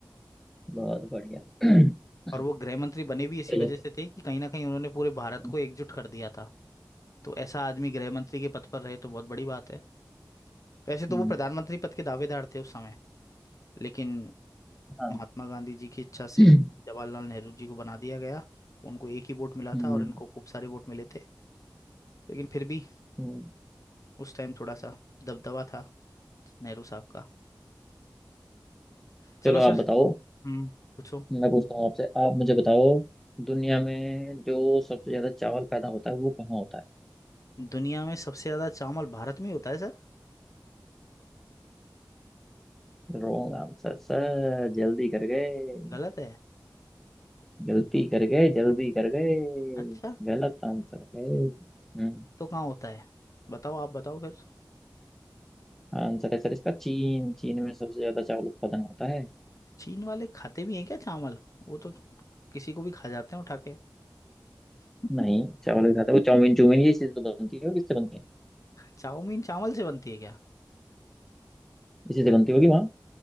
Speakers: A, in the centre; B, on the left.
A: बहुत बढ़िया <clears throat>
B: और वो गृह मंत्री बने भी इसी
A: चलो
B: वजह से थे कि कहीं ना कहीं उन्होंने पूरे भारत
A: हम्म
B: को एकजुट कर दिया था तो ऐसा आदमी गृह मंत्री के पद पर रहे तो बहुत बड़ी बात है वैसे तो
A: हम्म।
B: वो प्रधानमंत्री पद के दावेदार थे उस समय लेकिन
A: हाँ
B: महात्मा गांधी जी की इच्छा से
A: हम्म,
B: जवाहरलाल नेहरू जी को बना दिया गया उनको एक ही वोट मिला
A: हम्म,
B: था और इनको खूब सारे वोट मिले थे लेकिन फिर भी
A: हम्म।
B: उस टाइम थोड़ा सा दबदबा था नेहरू साहब का चलो
A: चलो
B: सर
A: आप बताओ
B: बिल्कुल हम्म पूछो
A: मैं पूछता हूँ आपसे आप मुझे बताओ दुनिया में जो सबसे ज्यादा चावल पैदा होता है वो कहाँ होता
B: दुनिया में सबसे ज्यादा चावल भारत में ही होता है सर
A: है रॉन्ग आंसर सर जल्दी कर गए
B: गलत है
A: गलती कर गए जल्दी कर गए
B: अच्छा
A: गलत आंसर है हम्म
B: तो कहाँ होता है बताओ आप बताओ फिर
A: आंसर है सर इसका चीन चीन में सबसे ज्यादा चावल उत्पादन होता है
B: चीन वाले खाते भी हैं क्या चावल वो तो किसी को भी खा जाते हैं उठा के <laughs>
A: नहीं चावल भी खाता है वो चाउमीन चूमीन ये चीज तो बनती है और किससे बनती है
B: चाउमीन चावल से बनती है क्या
A: इसी से बनती होगी वहाँ